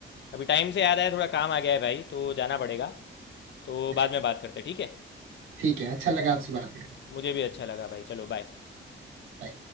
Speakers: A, on the left; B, on the right.
A: अभी टाइम से याद आया थोड़ा काम आ गया है भाई तो जाना पड़ेगा तो
B: अच्छा।
A: बाद में बात करते हैं ठीक है
B: ठीक है अच्छा लगा आपसे बात करके
A: मुझे भी अच्छा लगा भाई चलो बाय
B: Bye.